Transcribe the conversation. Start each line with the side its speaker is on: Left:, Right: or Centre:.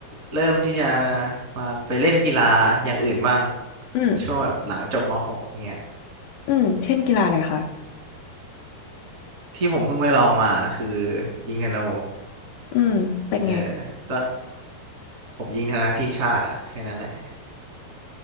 Right: เริ่มที่จะมาไปเล่นกีฬาอย่างอื่นบ้าง
Left: ืมอืม
Right: ช่วงแบบหลังจบมหกเนี้ย
Left: อืมเช่นกีฬาอะไรคะ
Right: ที่ผมเพิ่งไปลองมาคือยิงธนู
Left: อืมเป็นไง
Right: เออก็ผมยิงธนูทีมชาติอะแค่นั้นแหละ